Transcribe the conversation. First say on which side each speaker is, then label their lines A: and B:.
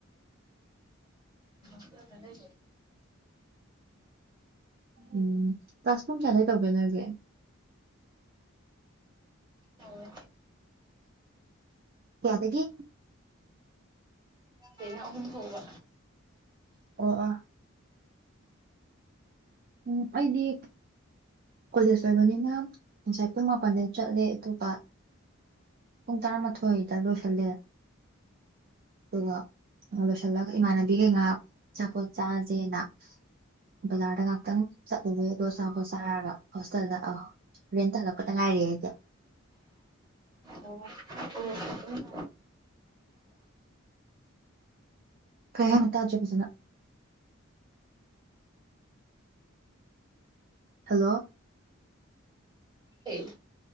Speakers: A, on the right; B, on the right.
A: ꯥꯎꯦꯒ ꯂꯩ
B: ꯎꯝ ꯀ꯭ꯂꯥꯁ ꯐꯝ ꯆꯌꯥꯗꯩ ꯇꯧꯒꯦ ꯅꯒꯦ
A: ꯇꯧꯋꯦ
B: ꯌꯥꯗꯗꯒꯤ
A: ꯑꯩꯅ ꯑꯍꯨꯝ ꯐꯥꯎꯕ
B: ꯑꯣ ꯑꯥ ꯎꯝ ꯑꯩꯗꯤ ꯀꯣꯂꯦꯖ ꯑꯣꯏꯕꯅꯤꯅ ꯉꯁꯥꯏ ꯄꯨꯡ ꯃꯥꯄꯜꯗꯒꯤ ꯆꯠꯂꯦ ꯑꯇꯣꯞ ꯄꯨꯡ ꯇꯔꯥꯃꯥꯊꯣꯏꯗ ꯂꯣꯏꯁꯤꯜꯂꯦ ꯑꯗꯨꯒ ꯑꯂꯣꯁꯜꯂꯥꯒ ꯏꯃꯥꯟꯅꯕꯤꯈꯩ ꯉꯥꯏꯍꯥꯛ ꯆꯆꯥꯄꯣꯠ ꯆꯥꯥꯁꯦꯅ ꯕꯖꯥꯔꯗ ꯉꯥꯛꯇꯪ ꯆꯠꯂꯨꯨꯔꯦ ꯑꯗꯣꯁꯥꯕꯣꯠ ꯁꯥꯔꯒ ꯍꯣꯁꯇꯦꯜꯗ ꯑ ꯍꯣꯔꯦꯟ ꯇ ꯍꯜꯂꯛꯄꯗ ꯉꯥꯏꯔꯦ ꯑꯩꯗꯤ
A: ꯑꯣ ꯑꯣ
B: ꯀꯌꯥꯅꯠꯇꯖꯕꯁꯤꯅ ꯍꯦꯜꯂꯣ
A: ꯍ